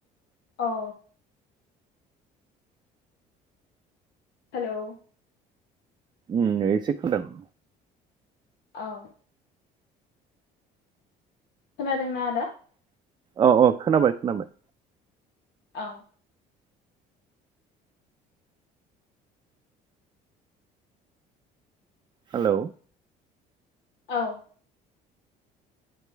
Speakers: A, on the left; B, on the right.
A: औ हेलौ
B: उम एसे खोनदों
A: औ खोनादों ना आदा
B: औ औ खोनाबाय खोनाबाय
A: अ
B: हेलौ
A: औ